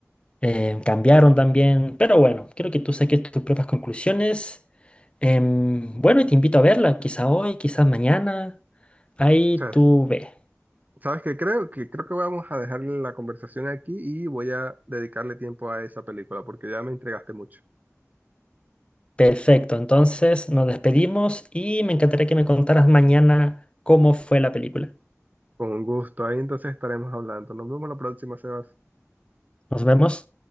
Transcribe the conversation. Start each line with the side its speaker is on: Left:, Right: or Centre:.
Left: eh, cambiaron también, pero bueno, creo que tú saques tus propias conclusiones. Em, bueno, y te invito a verla, quizá hoy, quizás mañana. Ahí
Right: O sea, es-
Left: tú ve.
Right: ¿sabes qué creo? Que creo que vamos a dejar la conversación aquí y voy a dedicarle tiempo a esa película, porque ya me entregaste mucho.
Left: Perfecto, entonces nos despedimos y me encantaría que me contaras mañana cómo fue la película.
Right: Con gusto. Ahí entonces estaremos hablando. Nos vemos la próxima, Sebas.
Left: Nos vemos.